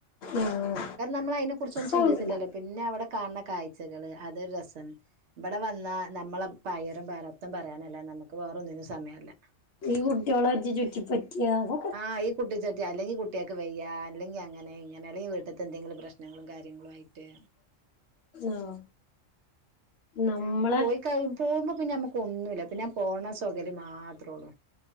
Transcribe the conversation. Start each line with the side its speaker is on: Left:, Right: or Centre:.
Left: ആഹ്
Right: കരണം നമ്മള് അയിനെ കുറിച്ചൊന്നും
Left: സൗണ്ട്ണ്ട
Right: ചിന്തിച്ചില്ല പിന്നെ അവിടെ കാണണ കാഴ്ച്ചകള് അതൊരു രസാണ്. മ്പ്ടെ വന്നാ നമ്മള പയ്യെരം പാരാപ്തം പറയാനല്ലാതെ നമക്ക് വേറോന്നിനും സമയല്ല.
Left: ഈ കുട്ട്യോളെ ഇജ്ജ് ചുറ്റി പറ്റിയാവും
Right: ആ ഈ കുട്ടിച്ചട്ടി അല്ലെങ്കി കുട്ട് കുട്ട്യാക്ക് വെയ്യ അല്ലെങ്കി അങ്ങനെ ഇങ്ങനെ അല്ലെങ്കി വീട്ട്ത്തെ എന്തെങ്കിലും പ്രശ്നങ്ങളും കാര്യങ്ങളുയിട്ട്.
Left: ആഹ്
Right: പിന്നങ്ങനെ
Left: നമ്മളെ
Right: പോയി കയ്യ് പോമ്പോ പിന്നെ ന്നമ്മുക്കൊന്നുല്ല പിന്നെ പോണ സൊഗല് മാത്രോള്ളൂ.